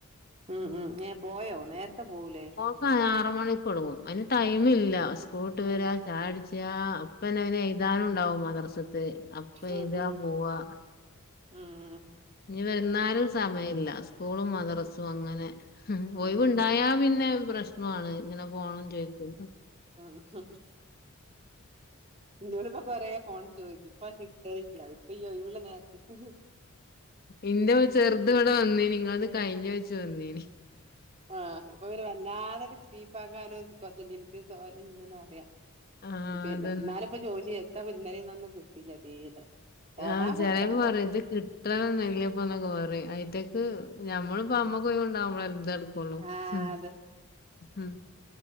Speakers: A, on the right (about 30°); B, on the left (about 45°).
A: ഉം ഉം ഏഹ് പോയോ നേരത്തെ പോവൂലേ
B: ആഹ് ആറ് മണിക്കൊടങ്ങും അതിന് ടൈമില്ല സ്കൂളുട്ട് വരാ
A: ഉം
B: ചായകുടിച്ചിയ അപ്പന്നെ <unintelligible> എഴുതാനും ഉണ്ടാവും മദർസത്തെ അപ് ഇപ്പ
A: ഉം
B: എയുതുകാ
A: ഉം
B: പോവാ
A: ഉം ഉം
B: ഇനി വന്നാലും സമയില്ല സ്കൂളും മദ്രസും അങ്ങനെ
A: ഉം
B: ഒയിവുണ്ട്
A: ഉം
B: ഞാൻ പിന്നെ പ്രശ്നവാണ് ഇങ്ങനെ പോണോന്നു ചോദിക്കുമ്പം
A: ആഹ് ഇന്നോട്പ്പൊ പറയാ ഫോൺ ചോയ്ച്ച് ഇപ്പത് കിട്ടലില്ല ഇപ്പയ്യീ ഒയ്വ്ള്ള നേര്ത്ത്
B: ഇന്റെ ചെർത് വടെ വെന്നീനി ഇങ്ങൾത് കയ്ഞൊച്ച് വെന്നീനി
A: ആഹ് ഇപ്പൊങ്ങനെ വെല്ലാതെ <unintelligible> ണ്ട്ന്നറിയാ
B: ആ
A: പിന്നെ
B: അതന്നെ
A: ന്നാലുപ്പ ചോയ്ച്ച് എത്താപ്പ ഇന്നലെന്നൊന്നും കിട്ടില്ല തീരെ ഓതാൻ
B: ആഹ് ചെലേപ്പ
A: കൊടുക്കണം
B: പറയും
A: കൊറച്ച്
B: ഇത് കിട്ടണംന്ന്ല്ലപ്പന്നൊക്കെ പയും അയ്ന്റക്ക് ഞമ്മള് പ്പ അമ്മക്കൊയ്ണ്ടാവുമ്പളല്ലെ ഇതട്ക്കൊള്ളു
A: ആഹ്
B: ഉം ഉം